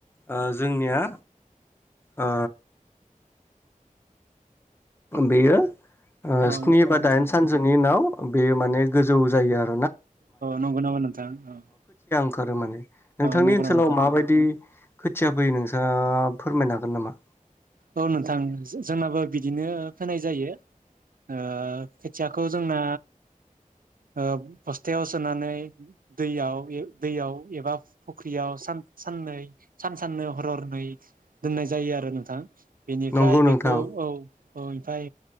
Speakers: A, on the left; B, on the right.
A: ओ जोंनिया ओ बेयो ओ
B: औ
A: स्नि
B: नोंथां
A: बा दाइन सानसोनि उनाव औ बेयो माने गोजौ जायो आरो
B: नोंगौ नामा नोंथां? औ।
A: ओंखारो माने नोंथांनि
B: औ नंगौ
A: ओनसोलाव
B: नामा नोंथां
A: माबायदि खोथिया फोयो नोंस्रा फोरमायनो हागोन नामा
B: औ नोंथां जो जोंनाबो बिदिनो फोनाय जायो ओ खोथियाखौ जोंना ओ बस्थायाव सोनानै दैयाव ए दैयाव एबा फुख्रियाव सान साननै सान साननै हर हरनै दोननाय जायो आरो नों थां बेनिफ्राय
A: नंगौ
B: बेखौ
A: नोंथां
B: औ औ ओमफ्राय